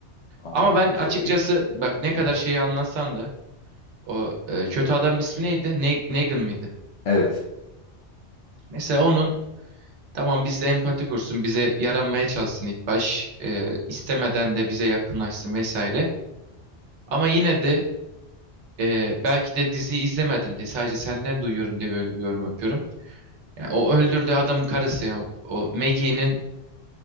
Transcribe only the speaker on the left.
Aha
çok
iyi.
Evet.